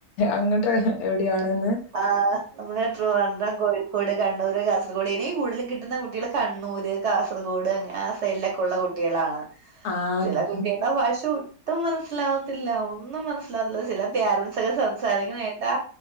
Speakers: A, on the left; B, on the right.
A: അങ്ങട്ട് എവിടെയോ ആണ്ന്ന്.
B: ആഹ് നമ്മളെ ട്രിവാൻഡ്രം, കോഴി ക്കോട്, കണ്ണൂർ, കാസർഗോഡ്, ഇനി കൂടുതലും കിട്ടുന്ന കുട്ടികള് കണ്ണൂര്, കാസർഗോഡ്, അങ്ങനെ ആഹ്. സെഡിലെക്കെയുള്ള കുട്ടികളാണ്
A: ആഹ്
B: ചില കുട്ടികളുടെ ഭാഷയോ ഒട്ടും മനസ്സിലാവത്തില്ല ഒന്നും മനസ്സിലാവത്തില്ല ചില പോരൻസ് ഒക്കെ സംസാരിക്കുന്ന കേട്ടാ